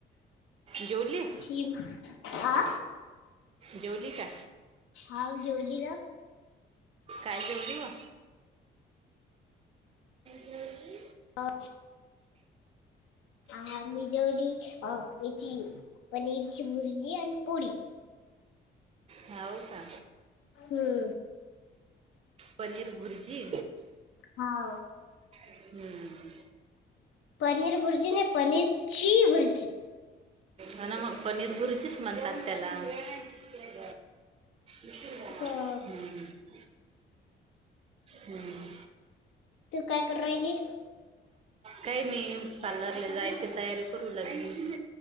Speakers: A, on the right; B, on the left.
A: जेवली?
B: ीम आ
A: जवली का
B: हा ज्योलीला
A: काय जेवली वा जेवली
B: हा ह मी जेवली याची पनीरची भुरजीआणि पुळी.
A: हऊ का?
B: हम्म
A: पनीर भुर्जी,
B: हा
A: हम्म,
B: पनीर भुर्जी नाई पनीरची भुर्जी.
A: ह ना मग पनीर भुर्जीच म्हणतात त्याला. ब झाणार,,
B: हो
A: हम्म. हम्म,
B: तू काय करु राहिली?
A: काही नाही, पार्लरला जायची तयारी करू लागलीऽ